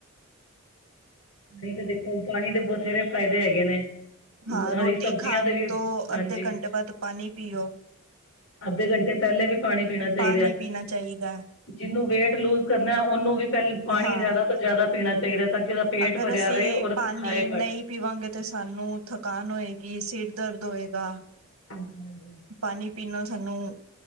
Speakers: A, on the left; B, on the right.
A: ਨਹੀਂ ਤਾਂ ਦੇਖੋ, ਪਾਣੀ ਦੇ ਬਥੇਰੇ ਫ਼ਾਇਦੇ ਹੈਗੇ ਨੇ।
B: ਹਾਂ ਰੋਟੀ
A: ਹਰੀ ਸਬਜ਼ੀਆਂ
B: ਖਾਣ
A: ਦੇ ਵੀ
B: ਤੋਂ,
A: ਹਾਂਜੀ
B: ਅੱਧੇ ਘੰਟੇ ਬਾਅਦ ਪਾਣੀ ਪੀਓ।
A: ਅੱਧੇ ਘੰਟੇ ਪਹਿਲੇ ਵੀ ਪਾਣੀ ਪੀਣਾ ਚਾਹੀਦਾ।
B: ਪਾਣੀ ਪੀਣਾ ਚਾਹੀਦਾ ਹੈ
A: ਜਿਹਨੂੰ ਵੇਟ ਲੂਜ਼ ਕਰਨਾ, ਉਹਨੂੰ ਵੀ ਪਹਿਲੇ, ਪਾਣੀ
B: ਹਾਂ
A: ਜ਼ਾਦਾ ਤੋਂ ਜਾਦਾ ਪੀਣਾ ਚਾਈਦਾ, ਤਾਂ ਕਿ ਉਹਦਾ ਪੇਟ
B: ਅਗਰ
A: ਭਰਿਆ
B: ਅਸੀਂ
A: ਰਹੇ, ਔਰ
B: ਪਾਣੀ
A: ਖਾਏ ਘੱਟ।
B: ਨਹੀਂ ਪੀਵਾਂਗੇ ਤੇ ਸਾਨੂੰ, ਥਕਾਨ ਹੋਏਗੀ, ਸਿਰ ਦਰਦ ਹੋਏਗਾ, ਪਾਣੀ
A: ਹਾਂਜੀ ਹਾਂਜੀ
B: ਪਾਣੀ ਪੀਣ ਨਾਲ ਸਾਨੂੰ,